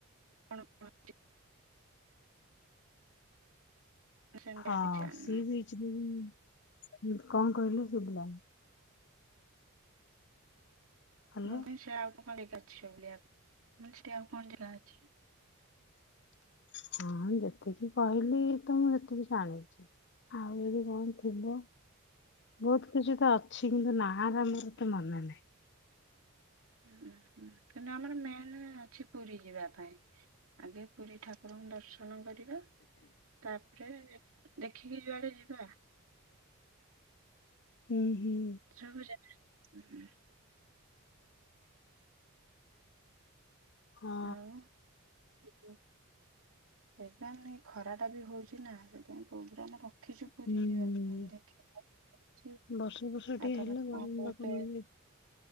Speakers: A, on the right; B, on the left.
A: କଣ ହଁଁ। ସେମିତି
B: ହଁ
A: ଆଉ କିଛି ଜାଣିନ।
B: ସି ବିଚ ଉଁ କଣ କହିଲ ଶୁଭିଲାନି। ହାଲୋ।
A: ମୁଁ କଁଇ ସେ ଆଉ କଣ ଜାଗା ଅଛି ବୁଲିବା ପାଇଁ। ମାନେ ସେ ଆଉ କଣ ଜାଗା ଅଛି?
B: ହଁ ଯେତିକି କହିଲି ତ ମୁଁ ଯେତିକି ଜାଣିଚି। ଆଉ ଯଦି କଣ ଥିବ। ବହୁତ କିଛି ତ ଅଛି କିନ୍ତୁ ନା ହେଲା ମୋର ତ ମନେ ନାହିଁ।
A: ଉ ହୁଁ କାଇଁକି ନା ଆମର ମେନ୍ ଅଛି ପୁରୀ ଯିବା ପାଇଁ। ଆଗେ ପୁରୀ ଠାକୁରଙ୍କୁ ଦର୍ଶନ କରିବା। ତାପରେ ଦେଖିକି ଯୁଆଡେ ଯିବା।
B: ହୁଁ ହୁଁ।
A: ଶୁଣୁଚ।
B: ହଁ।
A: ଆଉ? ସେଥିପାଇଁ ନାଇଁ ଖରା ଟା ବି ହଉଚି ନା ସେଥିପାଇଁ ପ୍ରୋଗ୍ରାମ ଦେଖିଚୁ ପୁରୀ
B: ହୁଁ।
A: ଯିବା ପାଇଁ ଦେଖ ଆଉ <unintelligible>
B: ବର୍ଷା ଫର୍ଷା ଟିକେ
A: ଆଉ ତମେ
B: ହେଲେ
A: କଣ
B: ଗରମ
A: କହୁଚ।
B: ଟା କମିବ।